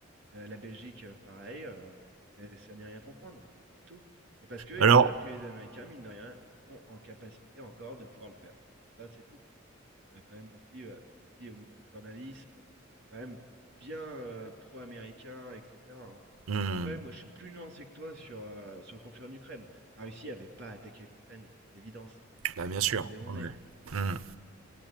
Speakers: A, on the right; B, on the right.
A: Euh, la Belgique, euh, pareil, euh, c'est- ça n'est rien comprendre. C'est tout. C'est parce qu'ils
B: Alors,
A: savent que les Américains, mine de rien, ils sont en capacité encore de pouvoir le faire. Ça, c'est tout. On a quand même aussi, euh, je te le dis, au niveau du journalisme, c'est quand même bien euh, pro-américain, etc. hein.
B: hmm,
A: Après, moi, je suis plus nuancé que toi sur, euh, sur le conflit en Ukraine. La Russie n'avait pas attaqué l'Ukraine, c'est une évidence.
B: bah, bien
A: Ça
B: sûr.
A: pendait en
B: Ouais.
A: nez.
B: Hmm.